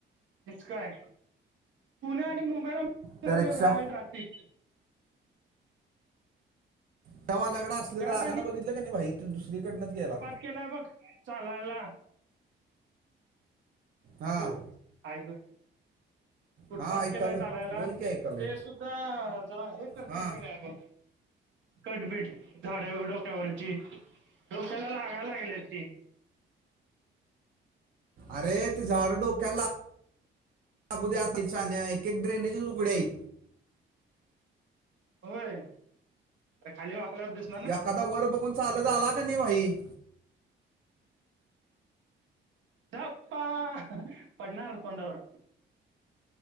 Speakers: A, on the right (about 70°); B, on the right (about 45°).
A: हेच काय, पुणे आणि मुंबईला <unintelligible>
B: त्या रिक्षा
A: एवढं आहे ट्राफिक.
B: त्या वाघाकडं असलेला
A: त्यात
B: रागान बघितलं का नाही भाई, तो दुसरीकडनच गेला.
A: गेलाय बघ चालायला.
B: हा
A: हॅलो? आय ग, फुटपाथ
B: हा ऐकालोय
A: केलाय चालायला
B: बोल की ऐकालोय
A: ते सुद्ध- ध्दा जरा हे करतील
B: हा
A: का नाही बघ? कट-बीट झाडावर डोक्यावरची डोक्याला लागाय लागल्या ती.
B: अरे ती झाडं डोक्याला- अगोदर <unintelligible> उद्यातील साण्या एक एक ड्रेनेजच त उगडे आहेत.
A: होय, खाली अरे वाकल्यावर दिसत -
B: एखादा का, वर बघून चालत आला का नाही भाई-
A: धप्पा, पडणार तोंडावर.